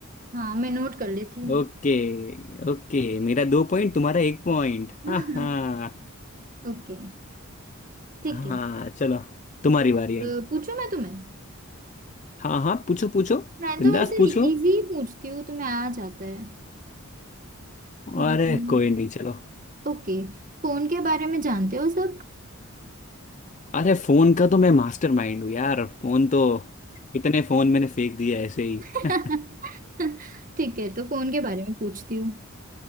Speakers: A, on the right (about 40°); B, on the left (about 35°).
A: हाँ मैं नोट कर लेती हूँ
B: ओके ओके मेरा दो पॉइंट तुम्हारा एक पॉइंट
A: <laughs>
B: हाँ हाँ
A: ओके ठीक
B: हाँ
A: है
B: चलो तुम्हारी बारी
A: अ,
B: अब
A: पूछूं मैं तुम्हें
B: हाँ हाँ पूछो पूछो
A: मैं
B: बिंदास
A: तो वैसे
B: पूछो
A: इजी ही पूछती हूँ तुम्हें आ जाता है हम्म,
B: अरे कोई नहीं चलो
A: ओके फोन के बारे में जानते हो सब
B: अरे फोन का तो मैं मास्टर माइंड हूँ यार फोन तो इतने फोन मैंने फेंक दिया ऐसे ही
A: <laughs>
B: <laughs>
A: ठीक है तो फोन के बारे में पूछती हूँ